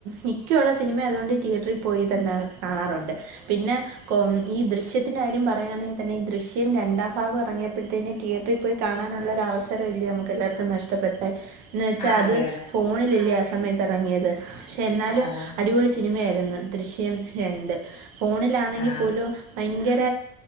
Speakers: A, on the right; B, on the left.
A: മിക്കഉള്ള സിനിമ ആയതുകൊണ്ട് തിയേറ്ററിൽ പോയി തന്നെ കാണാറുണ്ട് പിന്നെ കൊ ഈ ദൃശ്യത്തിൻന്റെ കാര്യം പറയയാണെങ്കിതന്നെ ഈ ദൃശ്യംരണ്ടാം ഭാഗം ഇറങ്ങിയപ്പോഴത്തേെ തിയേറ്ററിൽ പോയി കാണാനുള്ള ള്ളൊരു അവസരം ഇല്ലേ നമുക്ക് എല്ലാർക്കും നഷ്ടപ്പെട്ടെ എന്ന് വെച്ചാ
B: ആഹ്
A: അത്
B: അതെ അതെ
A: ഫോണിലില്ലേ ആ സമയത്ത് ത്തിറങ്ങിയത് പക്ഷേ എന്നാലും
B: ആഹ്
A: അടിപൊളി സിനിമയായിരുന്നു ദൃശ്യം രണ്ട് ഫോണിലാണെങ്കി
B: ആഹ്
A: പോലും ഭയങ്കര